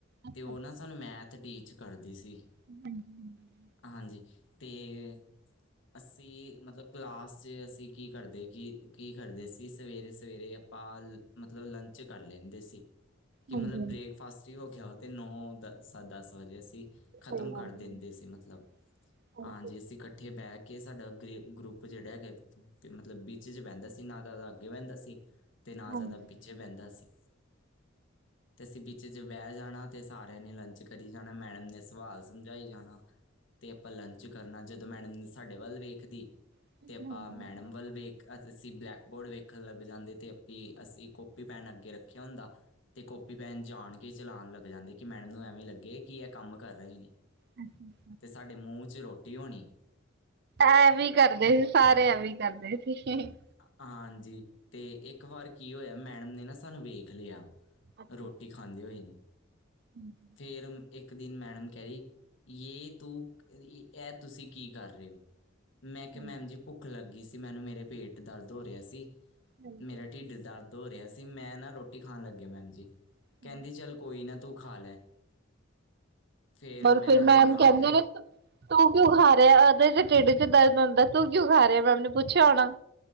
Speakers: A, on the right (about 55°); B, on the left (about 65°).
A: ਅੱਛਾ ਅੱਛਾ
B: ਤੇ ਉਹ ਨਾ ਸਾਨੂੰ ਮੈਥ ਟੀਚ ਕਰਦੀ ਸੀ।
A: ਹਾਂਜੀ ਹਾਂਜੀ।
B: ਹਾਂਜੀ ਤੇ ਅਸੀਂ ਮਤਲਬ ਕਲਾਸ ਚ ਅਸੀਂ ਕੀ ਕਰਦੇ ਕੀ ਕੀ ਕਰਦੇ ਸੀ ਸਵੇਰੇ-ਸਵੇਰੇ ਪਾਲ ਮਤਲਬ ਲੰਚ ਕਰ ਲੈਦੇ ਸੀ ਕਿ
A: ਹਾਂਜੀ
B: ਮਤਲਬ ਬ੍ਰੇਕਫਾਸਟ
A: ਹਾਂਜੀ
B: ਹੀ ਹੋ ਗਿਆ ਆਓ ਤੇ ਨੌ ਦਸ ਦਸ ਵਜੇ ਅਸੀਂ
A: ਸਹੀ
B: ਖ਼ਤਮ
A: ਗੱਲ
B: ਕਰ ਦਿੰਦੇ ਸੀ ਮਤਲਬ
A: ਹੈ ਬਿਲਕੁਲ।
B: ਹਾਂਜੀ, ਅਸੀਂ ਕੱ ਇਕੱਠੇ ਬਹਿ ਕੇ ਸਾਡਾ ਗਰੀ ਗਰੁੱਪ ਜਿਹੜਾ ਹੈਗਾ ਮਤਲਬ ਵਿਚ ਜੇ ਬਹਿੰਦਾ ਸੀ ਨਾ ਜਾਦਾ ਅੱਗੇ ਬਹਿੰਦਾ ਸੀ। ਤੇ ਨਾ
A: ਹਾਂਜੀ
B: ਜ਼ਿਆਦਾ ਪਿੱਛੇ ਬਹਿੰਦਾ ਸੀ। ਤੇ ਅਸੀਂ ਵਿੱਚ ਜੇ ਬਹਿ ਜਾਣਾ ਤੇ ਸਾਰਿਆਂ ਨੇ ਲੰਚ ਕਰੀ ਜਾਣਾ ਮੈਡਮ ਨੇ ਸਵਾਲ ਸਮਝਾਈ ਜਾਣਾ। ਤੇ ਆਪਾਂ ਲੰਚ ਕਰਨਾ, ਜਦੋਂ ਮੈਡਮ ਨੇ ਸਾਡੇ ਵੱਲ ਵੇਖਦੀ
A: ਹਾਂਜੀ
B: ਤੇ ਆਪਾਂ ਮੈਡਮ ਵੱਲ ਵੇਖ ਅਸੀਂ ਬਲੈਕਬੋਰਡ ਵੇਖਣ ਲੱਗ ਜਾਂਦੇ ਤੇ ਆਪੀ ਅਸੀਂ ਕੋਪੀ-ਪੈੱਨ ਅੱਗੇ ਰੱਖਿਆ ਹੁੰਦਾ। ਤੇ ਕੋਪੀ-ਪੈੱਨ ਜਾਣ ਕੇ ਚਲਾਣ ਲੱਗ ਜਾਂਦੇ ਕਿ ਮੈਡਮ ਨੂੰ ਐਵੇਂ ਲੱਗੇ ਕਿ ਇਹ ਕੰਮ ਕਰ ਰਹੇ ਨੇ।
A: ਹਾਂਜੀ ਹਾਂਜੀ
B: ਤੇ ਸਾਡੇ ਮੂੰਹ ਚ ਰੋਟੀ ਹੋਣੀ।
A: ਐਵੀਂ ਕਰਦੇ ਸੀ ਸਾਰੇ ਐਵੀਂ ਕਰਦੇ ਸੀ।
B: ਹਾਂਜੀ ਤੇ ਇੱਕ ਵਾਰ ਕੀ ਹੋਇਆ ਮੈਡਮ ਨੇ ਨਾ ਸਾਨੂੰ ਵੇਖ ਲਿਆ।
A: ਅੱਛਾ
B: ਰੋਟੀ
A: ਅੱਛਾ
B: ਖਾਂਦੇ ਹੋਏ ਨੂੰ
A: ਹਾਂਜੀ
B: ਫਿਰ ਇੱਕ ਦਿਨ ਮੈਡਮ ਕਹਿ ਰਹੀ ਯੇ ਤੂੰ ਐਹ ਤੁਸੀਂ ਕੀ ਕਰ ਰਹੇ ਓ? ਮੈਂ ਕਿਹਾ
A: ਹਾਂਜੀ
B: ਮੈਮ ਜੀ ਭੁੱਖ ਲੱਗੀ ਸੀ ਮੈਨੂੰ ਮੇਰੇ ਪੇਟ ਦਰਦ ਹੋ ਰਿਹਾ ਸੀ
A: ਹਾਂਜੀ
B: ਮੇਰਾ ਢਿੱਡ ਦਰਦ ਦਰਦ ਹੋ ਰਿਹਾ ਸੀ ਮੈਂ ਨਾ ਰੋਟੀ ਖਾਣ ਲੱਗਿਆ ਮੈਮ ਜੀ, ਕਹਿੰਦੀ
A: ਹਾਂਜੀ
B: ਚੱਲ ਕੋਈ ਨਾ ਤੂੰ ਖਾ ਲੈ। ਫੇਰ
A: ਪਰ
B: ਮੈਂ
A: ਫਿਰ ਮੈਮ
B: ਤੇ ਖਾ
A: ਕਹਿੰਦੇ
B: ਲਿਆ।
A: ਆ ਨੇ ਤਾ ਤੂੰ ਕਿਉਂ ਖਾ ਰਿਹਾ ਐਦੇ ਤੇ ਟਿੱਡ ਚ ਦਰਦ ਹੁੰਦਾ, ਤੂੰ ਕਿਉਂ ਖਾ ਰਿਹਾ ਮੈਮ ਨੇ ਪੁੱਛਿਆ ਹੋਣਾ?